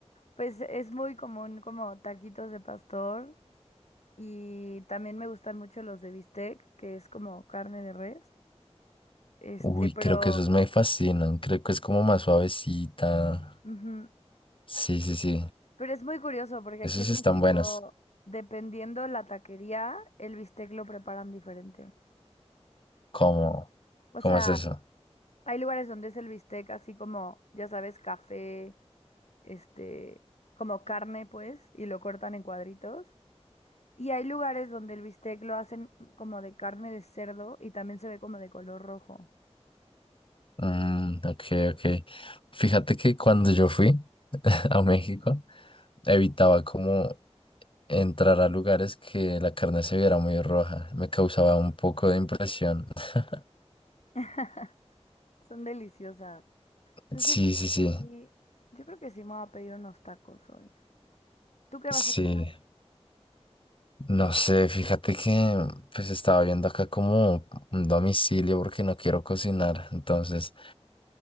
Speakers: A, on the left; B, on the left.
A: Pues es muy común como taquitos de pastor y también me gustan mucho los de bistec, que es como carne de res. Este,
B: Uy,
A: pero
B: creo que esos me fascinan. Creo que es como más suavecita.
A: ujú,
B: Sí, sí, sí.
A: Pero es muy curioso porque
B: Esos
A: aquí en
B: están
A: México,
B: buenos.
A: dependiendo la taquería, el bistec lo preparan diferente.
B: ¿Cómo?
A: O
B: ¿Cómo
A: sea,
B: es eso?
A: hay lugares donde es el bistec así como, ya sabes, café, este, como carne, pues, y lo cortan en cuadritos. Y hay lugares donde el bistec lo hacen como de carne de cerdo y también se ve como de color rojo.
B: Mm, ok, ok. Fíjate que cuando yo fui <laughs> a México, evitaba como entrar a lugares que la carne se viera muy roja. Me causaba un poco de impresión. <laughs>
A: <laughs> Son deliciosas. Entonces
B: Sí,
A: yo creo
B: sí, sí.
A: que sí, yo creo que sí me voy a pedir unos tacos hoy. ¿Tú qué
B: Sí.
A: vas a hacer?
B: No sé, fíjate que pues estaba viendo acá como un domicilio porque no quiero cocinar. Entonces...